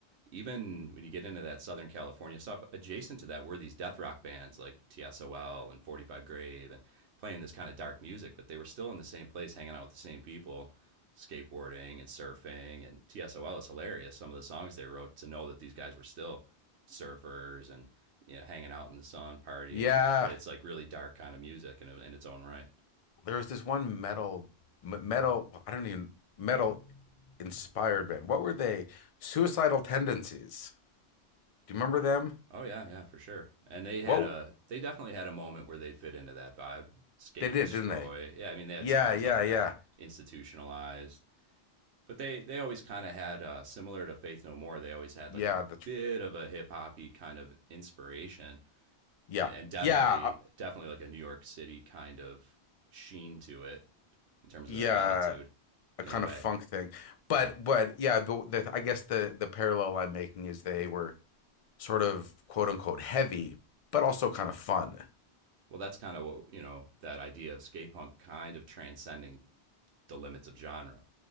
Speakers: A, on the right; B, on the left.
A: even when you get into that Southern California stuff, adjacent to that were these death rock bands like TSOL and 45 Grave and playing this kind of dark music, but they were still in the same place hanging out with the same people, skateboarding and surfing. And TSOL is hilarious. Some of the songs they wrote to know that these guys were still surfers and you know hanging out in the sun, partying,
B: Yeah.
A: but it's like really dark kind of music in, in its own right.
B: There was this one metal, metal, I don't even, metal inspired band. What were they? Suicidal Tendencies. Do you remember them?
A: Oh yeah, yeah, for sure. And they had
B: Whoa.
A: a they definitely had a moment where they fit into that vibe. Skate
B: They did,
A: and Destroy.
B: didn't they?
A: Yeah, I mean they had
B: Yeah.
A: songs
B: Yeah.
A: like
B: Yeah.
A: that, institutionalized. But they they always kind of had uh, similar to Faith No More. They always had
B: Yeah.
A: like a
B: That's,
A: bit of a hip hoppy kind of inspiration,
B: yeah.
A: and and definitely
B: Yeah. uh,
A: definitely like a New York City kind of sheen to it in terms
B: Yeah.
A: of their attitude,
B: a
A: in
B: kind
A: a way.
B: of funk thing. But
A: Yeah.
B: but yeah, the, the, I guess the the parallel I'm making is they were sort of quote unquote heavy, but also kind of fun.
A: Well, that's kind of what you know that idea of skate punk kind of transcending the limits of genre